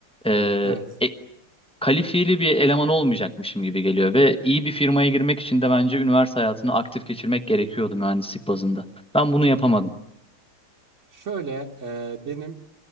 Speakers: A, in the centre; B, on the right (about 40°).
A: e,
B: Evet.
A: e- kalifiyeli bir eleman olmayacakmışım gibi geliyor ve iyi bir firmaya girmek için de bence üniversite hayatını aktif geçirmek gerekiyordu mühendislik bazında. Ben bunu yapamadım.
B: Şöyle e, benim